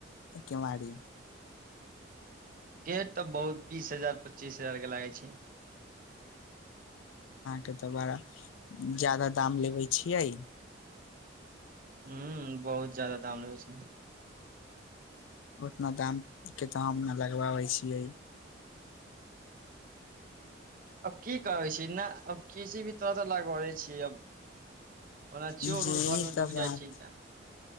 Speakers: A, on the left (about 85°); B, on the right (about 45°).
A: केंवारी
B: गेट तऽ बहुत बीस हजार पच्चीस हजार के लागै छै
A: के तऽ बड़ा जादा दाम लेबे छियै
B: ह्म बहुत जादा दाम लेबै छै
A: उतना दामके तऽ हम ने लगवाबै छियै <inaudible>
B: अब की कहै छि नाह अब किसी भी तरह तऽ लगौले छियै अब ओना
A: जी
B: चोर उर घर मे
A: तऽ
B: ढुक
A: बात
B: जाइ छै तऽ